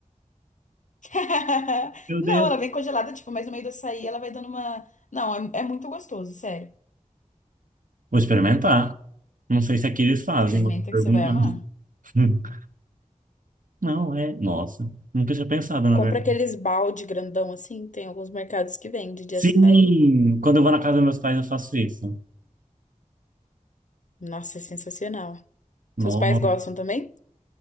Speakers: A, on the left (about 65°); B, on the right (about 75°).
A: <laughs>
B: <laughs> Meu
A: Não,
B: Deus.
A: ela vem congelada, tipo, mas no meio do açaí ela vai dando uma. Não, é, é muito gostoso, sério.
B: Vou experimentar. Não sei se aqui eles fazem,
A: Experimenta
B: mas vou perguntar.
A: que você vai amar.
B: <laughs> Não, é. Nossa, nunca tinha pensado, na
A: Compra
B: verdade.
A: aqueles balde grandão assim, tem alguns mercados que vende de
B: Sim,
A: açaí.
B: quando eu vou na casa dos meus pais, eu faço isso.
A: Nossa, é sensacional.
B: No-
A: Seus pais gostam também?